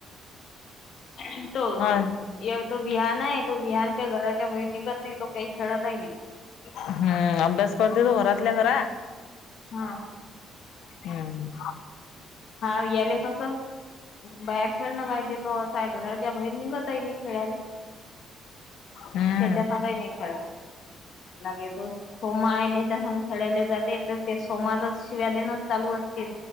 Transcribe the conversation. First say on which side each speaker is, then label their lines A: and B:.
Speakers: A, on the left (about 50°); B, on the left (about 75°).
A: हृ.. तो
B: हा
A: एव तो विहान आहे तो विहान काही घराच्या बहीर निघत नाही तो काही खेळतही नाही.
B: हम्म.. अभ्यास करते तू घरातल्या घरात.
A: हा
B: हम्
A: हा.. याले बग बाहेरच्याना माहिती तो असा आहे, घराच्या बाहेर निघतय नाही खेळाले..
B: हम्म
A: त्याच्या संगही नाही. खेळा चहा घेतोस? ओ माय त्याच्या सग खेळाले जाते तर ते सोमाचाच शिव्या देणं. चालू असतेत,